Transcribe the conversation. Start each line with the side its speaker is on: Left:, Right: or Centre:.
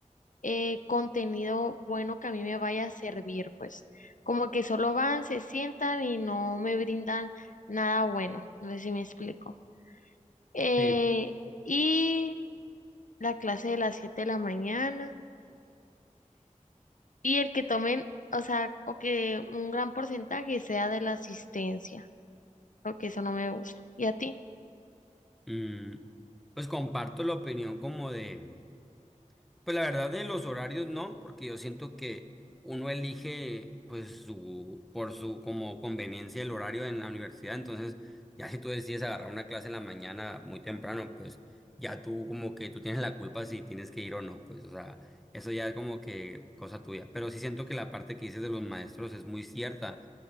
Left: eh, contenido bueno que a mí me vaya a servir, pues como que solo van, se sientan y no me brindan nada bueno. No sé si me explico. Eh,
Centre: Sí.
Left: y la clase de las siete de la mañana. y el que tomen, o sea, o que un gran porcentaje sea de la asistencia, porque eso no me gusta. ¿Y a ti?
Centre: Mm, pues comparto la opinión como de Pues la verdad de los horarios no, porque yo siento que uno elige pues su por su como conveniencia el horario en la universidad, entonces ya si tú decides agarrar una clase en la mañana muy temprano, pues ya tú como que tú tienes la culpa si tienes que ir o no, pues o sea, eso ya es como que cosa tuya, pero sí siento que la parte que dices de los maestros es muy cierta